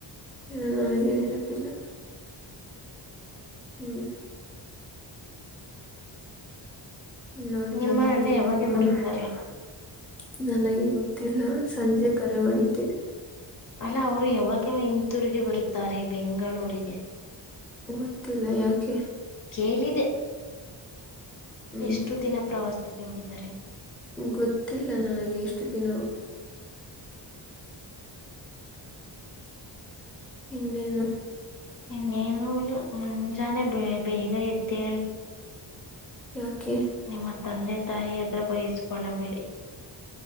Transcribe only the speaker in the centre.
ನನಗೇನೇನಪ್ಪಿಲ್ಲ. ಹ್ಮ್ ನೋಡಿ
ನಮ್ಮ
ಊರಿನಲ್ಲಿ
ಒಂದು.
<unintelligible> ನನಗೆ ಗೊತ್ತಿಲ್ಲ ಸಂಜೆ ಕರೆ ಮಾಡಿದ್ದೆ.
ಗೊತ್ತಿಲ್ಲ ಯಾಕೆ.
ಹ್ಮ್
ಗೊತ್ತಿಲ್ಲ ನನಗೆ ಎಷ್ಟು ದಿನವ. ಇನ್ನೇನು
ಯಾಕೆ